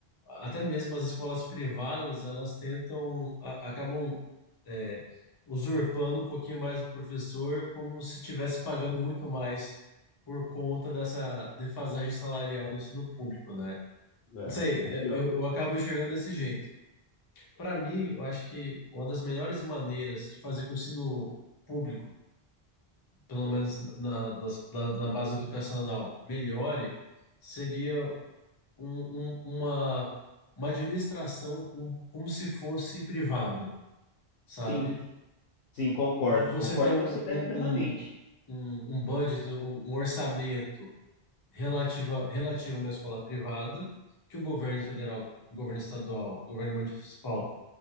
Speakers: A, on the left; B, on the left.
A: até mesmo as escolas privadas, elas tentam, a- acabam é, usurpando um pouquinho mais o professor, como se estivesse pagando muito mais por conta dessa defasagem salarial do ensino público, né?
B: É,
A: Não sei,
B: o que,
A: é, eu,
B: ó.
A: eu acabo enxergando desse jeito. Para mim, eu acho que uma das melhores maneiras de fazer com que o ensino público pelo menos na, nas- na, na base educacional, melhore, seria um- um- uma, uma administração um- como se fosse privada, sabe?
B: sim, sim, concordo,
A: Você
B: concordo
A: tem um,
B: com essa ideia
A: um,
B: plenamente.
A: um, um um budget, um, um orçamento relativa, relativo a uma escola privada, que o governo federal, o governo estadual, o governo municipal,